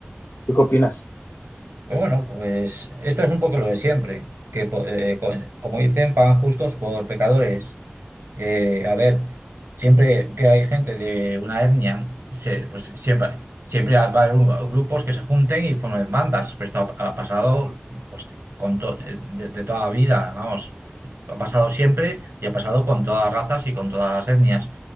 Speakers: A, on the left; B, on the right.
A: ¿Tú qué opinas?
B: Pues bueno, pues esto es un poco lo de siempre, que po- eh, co- como dicen, pagan justos por pecadores. Eh, a ver, siempre que hay gente de una etnia, se- pues siempre, siempre va a haber un- grupos que se junten y formen bandas. Pero esto ha, ha pasado pues, con to- eh, de, de toda la vida, vamos. Ha pasado siempre y ha pasado con todas las razas y con todas las etnias.